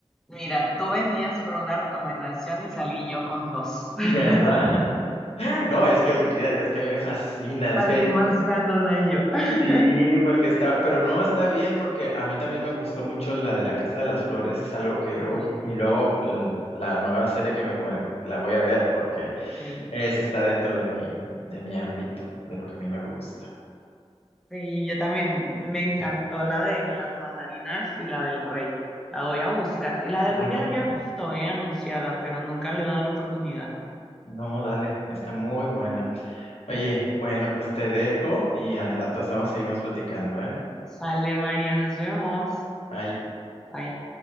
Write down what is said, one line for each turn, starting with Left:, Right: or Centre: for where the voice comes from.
Centre: Mira, tú venías por una recomendación y salí yo con dos. <laughs>
Left: ¿Verdad? <laughs> No, es que olvídate, es que a mí me fascina, es
Centre: Salí
Left: que...
Centre: más ganona yo. <laughs>
Left: Sí, porque está, pero no está bien porque a mí también me gustó mucho la de la Casa de las Flores, es algo que hoy,
Centre: Sí,
Left: y luego l- la nueva serie que me comen- la voy a ver porque
Centre: sí.
Left: esa está dentro de mi, de mi ámbito, de lo que a mí me gusta.
Centre: Sí, yo también me encantó la de las mandarinas y la del rey. La voy a buscar. La del
Left: ¿Bueno?
Centre: rey ya la había visto, eh, anunciada, pero nunca le he dado la oportunidad.
Left: No, dale, está muy buena.
Centre: Sí.
Left: Oye, bueno, pues te dejo y al rato estamos, seguimos platicando, ¿eh?
Centre: Sale, María, nos vemos.
Left: Bye.
Centre: Bye.